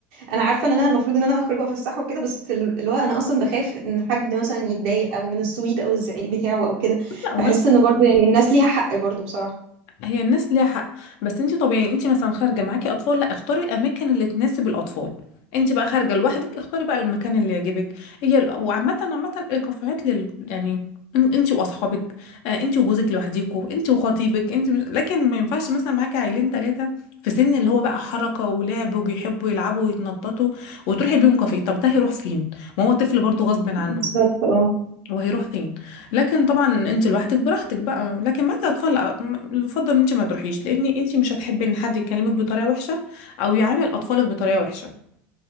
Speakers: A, on the right; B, on the left.
A: أنا عارفة إن أنا المفروض إن أنا باخرج وأفسحه الصح وكده، بس ال اللي هو أنا أصلًا باخاف إن حد مثلًا يتضايق أو من الصويت أو الزعيق بتاعه أو كده،
B: ده
A: باحس إن برضه يعني الناس ليها حق برضه بصراحة.
B: هي الناس ليها حق بس انت طبيعي انت مثلا خارجه معاكي اطفال لا اختاري الاماكن اللي تناسب الاطفال انت بقى خارجه لوحدك اختاري بقى المكان اللي يعجبك هي ال- وعامه عامه الكافيهات لل يعني ان- انت واصحابك آه، انت وجوزك لوحديكوا انت وخطيبك انت لكن ما ينفعش مثلا معاكي عيلين ثلاثه في سن اللي هو بقى حركه ولعب وبيحبوا يلعبوا ويتنططوا وتروحي بيهم كافيه طب ده هيروح فين ما هو طفل برضه غصب عنه
A: بالضبط، آه.
B: وهيروح فين لكن طبعا انت لوحدك براحتك بقى لكن معاكي اطفال لا، م- يفضل ان انت ما تروحيش لان انت مش هتحبي ان حد يكلمك بطريقه وحشه او يعامل اطفالك بطريقه وحشه